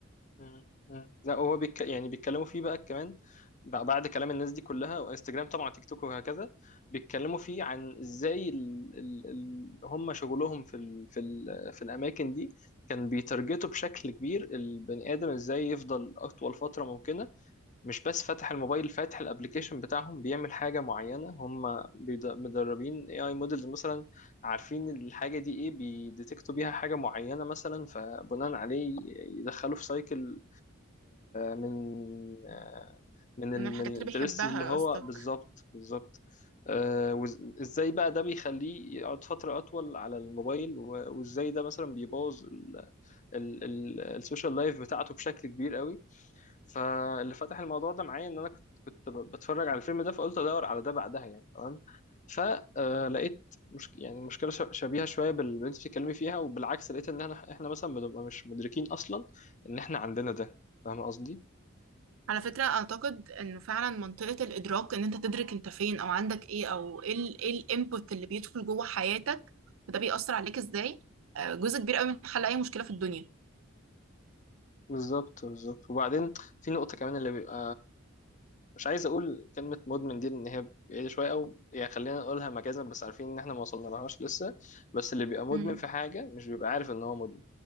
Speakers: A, on the left (about 40°); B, on the right (about 80°).
A: مم. مم. لا هو بيك... يعني بيتكلموا فيه بقى كمان ب- بعد كلام الناس دي كلها وانستجرام طبعا تيك توك وهكذا بيتكلموا فيه عن ازاي ال... ال... ال... هم شغلهم في ال... في ال... في الاماكن دي كان بيترجتوا بشكل كبير البني ادم ازاي يفضل اطول فتره ممكنه مش بس فاتح الموبايل فاتح الابليكيشن بتاعهم بيعمل حاجة معينة هم بيد- مدربين اي اي موديلز مثلا عارفين الحاجة دي ايه بيديتكتوا بيها حاجة معينة مثلا فبناء عليه يدخلوا في سايكل من آه، من ال
B: من الحاجات
A: من الانترست
B: اللي بيحبها
A: اللي هو
B: قصدك
A: بالظبط بالظبط آه، وإز- ازاي بقى ده بيخليه يقعد فترة اطول على الموبايل و- وازاي ده مثلا بيبوظ ال- ال- السوشيال لايف بتاعته بشكل كبير قوي فاللي فتح الموضوع ده معايا ان انا كنت كنت ب- بتفرج على الفيلم ده فقلت ادور على ده بعدها يعني تمام فلقيت مش يعني مشكله ش- شبيهه شويه باللي انت بتتكلمي فيها وبالعكس لقيت ان احنا احنا مثلا بنبقى مش مدركين اصلا ان احنا عندنا ده فاهم قصدي؟
B: على فكرة أعتقد إنه فعلا منطقة الإدراك إن أنت تدرك أنت فين أو عندك إيه أو إيه ال إيه الإنبوت اللي بيدخل جوه حياتك وده بيأثر عليك إزاي آه، جزء كبير أوي من حل أي مشكلة في الدنيا
A: بالظبط بالظبط وبعدين في نقطة كمان اللي بيبقى مش عايز أقول كلمة مدمن دي لأن هي بعيدة شوية أو يعني خلينا نقولها مجازا بس عارفين إن إحنا ما وصلنا لهاش لسه بس اللي بيبقى مدمن
B: مم.
A: في حاجة مش بيبقى عارف إن هو مدمن